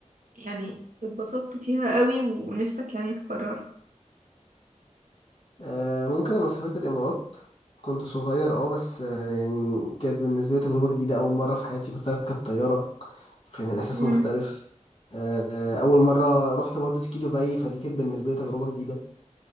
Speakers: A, on the right; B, on the left.
A: يعني اتبسطت فيها قوي ونفسك يعني تكررها
B: آه، ممكن لما سافرت الإمارات كنت صغير اه بس آه، يعني كانت بالنسبة لي تجربة جديدة أول مرة في حياتي كنت أركب طيارة فكان الإحساس
A: امم
B: مختلف آه، آه، أول مرة رحت برضه سكي دبي فدي كانت بالنسبة لي تجربة جديدة